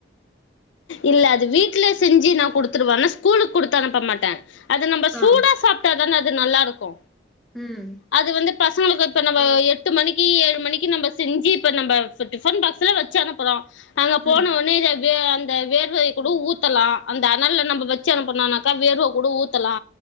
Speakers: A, on the left; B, in the centre.
A: இல்ல அது வீட்ல செஞ்சு நா குடுத்துருவே ஆனா ஸ்கூலுக்கு குடுத்தனுப்ப மாட்டே அது நம்ப
B: ஆ
A: சூடா சாப்ட்டாதானே அது நல்லாருக்கு
B: ம்
A: அது வந்து பசங்களுக்கு இப்ப நம்ப எட்டு மணிக்கு ஏழு மணிக்கு நம்ப செஞ்சி இப்ப நம்ப இப்ப டிஃபன் பாக்ஸ்ஸுல வச்சு அனுப்புறோ அங்க போனோனே
B: ம்
A: இத வே அந்த வேர்வ கூட ஊத்தலா அந்த அனல்ல நம்ம வச் ச்சு அனுப்புனானாக்க வேர்வ கூட ஊத்தலா